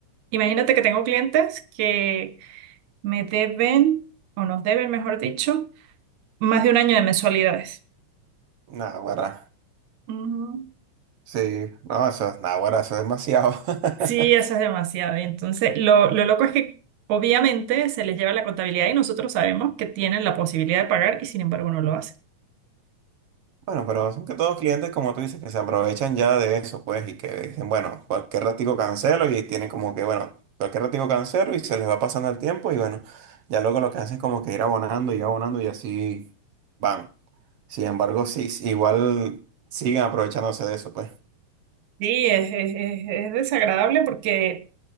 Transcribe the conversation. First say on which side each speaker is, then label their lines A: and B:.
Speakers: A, on the right; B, on the right.
A: imagínate que tengo clientes que me deben, o nos deben, mejor dicho, más de un año de mensualidades.
B: Naguará.
A: Ujú.
B: Sí, no, eso, naguará, eso es demasiado.
A: Sí,
B: <laughs>
A: eso es demasiado. Y entonces, lo, lo loco es que obviamente se les lleva la contabilidad y nosotros sabemos que tienen la posibilidad de pagar y sin embargo no lo hacen.
B: Bueno, pero son que todos clientes, como tú dices, que se aprovechan ya de eso, pues, y que dicen, bueno, cualquier ratico cancelo y tienen como que, bueno, cualquier ratico cancelo y se les va pasando el tiempo y bueno, ya luego lo que hacen es como que ir abonando y abonando y así van. Sin embargo, sí, sí, igual siguen aprovechándose de eso, pues.
A: Sí, es, es, es- es desagradable porque